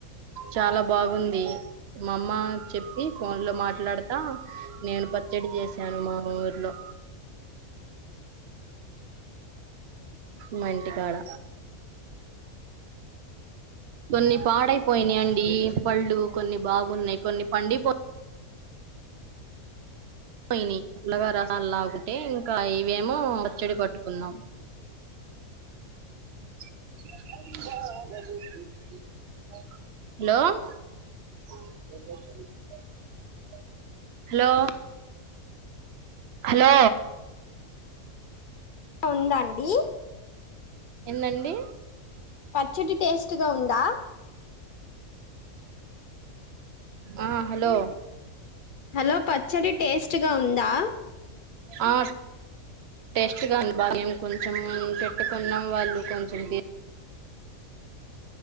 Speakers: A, on the right; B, on the left.
A: చాలా బాగుంది మా అమ్మ చెప్పి ఫోన్ లో మాట్లాడతా నేను పచ్చడి చేశాను మా ఊర్ లో మా ఇంటికాడ కొన్ని పాడైపోయినాయి అండి పళ్ళు కొన్ని బాగున్నాయి కొన్ని పండిపో పోయినీయ్ పలగా రసాలు లాగుటే ఇంకా ఇవేమో పచ్చడి పట్టుకుందాం హలో హలో హలో
B: ఉందా అండి
A: ఎందండి
B: పచ్చడి టేస్ట్ గా ఉందా
A: ఆ హలో
B: హలో పచ్చడి టేస్ట్గా ఉందా
A: ఆ టేస్ట్గా అను భాగ్యం కొంచెం పెట్టుకున్నాం వాళ్ళు కొంచెం తీ